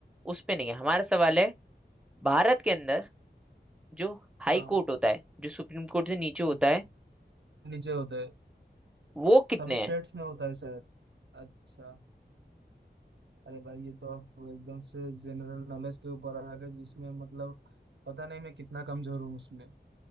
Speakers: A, in the centre; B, on the right.
A: उस पे नहीं है हमारा सवाल है भारत के अंदर जो हाई
B: हाँ
A: कोर्ट होता है जो सुप्रीम कोर्ट से नीचे होता
B: अच्छा
A: है
B: नीचे होता है
A: वो कितने
B: सब स्टेट्स
A: हैं
B: में होता है शायद अच्छा अरे भाई ये तो आप एकदम से जनरल नॉलेज के ऊपर आ गए जिसमें मतलब पता नहीं मैं कितना कमजोर हूँ उसमें